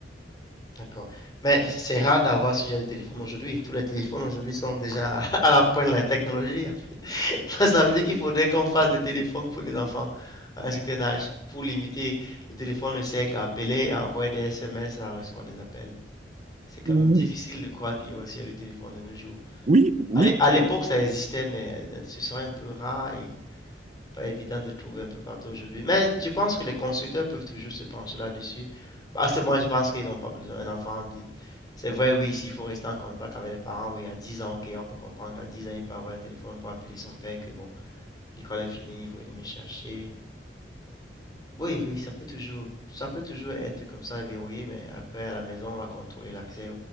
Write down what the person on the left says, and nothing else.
D'accord. Mais c'est rare d'avoir ce genre de téléphone aujourd'hui. Tous les téléphones aujourd'hui sont déjà <laughs> à la pointe de la technologie, en fait. <laughs> Ça veut dire qu'il faudrait qu'on fasse des téléphones pour les enfants à un certain âge, pour limiter. Le téléphone ne sert qu'à appeler, à envoyer des SMS, à recevoir des appels. C'est quand
même difficile de croire qu'il y aurait aussi des téléphones de nos jours.
À l'é- à l'époque, ça existait, mais ce serait un peu rare et pas évident de trouver un peu partout aujourd'hui. Mais je pense que les constructeurs peuvent toujours se pencher là-dessus. Parce que moi, je pense qu'ils n'ont pas besoin. Un enfant, de- c'est vrai, oui, s'il faut rester en contact avec les parents, oui, à 10 ans, ok, on peut comprendre qu'à 10 ans, il peut avoir un téléphone pour appeler son père, que bon, l'école est finie, il faut aller me chercher. Oui, oui, ça peut toujours, ça peut toujours être comme ça verrouillé, mais après, à la maison, on va contrôler l'accès.